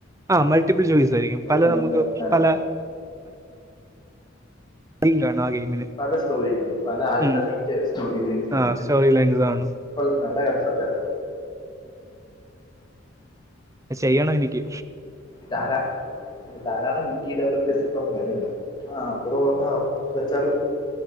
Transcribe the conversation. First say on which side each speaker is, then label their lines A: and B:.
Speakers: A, on the right; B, on the left.
A: ആഹ് മൾട്ടിപ്പിൾ ജോയിസായിരിക്കും
B: കൊള്ളാം
A: പല നമ്ക്ക്
B: നല്ല പ്ലാനാണ്
A: പല തീം കാണും ആ ഗെയിമിന്.
B: പല സ്റ്റോറിണ്ട് പല ആൾട്ടർനേറ്റ്
A: ഉം
B: സ്റ്റോറി ലൈംസ് <unintelligible>
A: ആഹ് സ്റ്റോറി ലൈൻസ് കാണും.
B: കൊള്ളാം നല്ല കൺസെപ്പ്റ്റാ
A: അഹ് ചെയ്യണം എനിക്ക്
B: ധാരാ ധാരാളം ഇന്ത്യാ ഡെവലപ്പേഴ്സ് ഇപ്പം വര്ണ്ട് ആഹ് അവര് വന്നാ വെച്ചാലും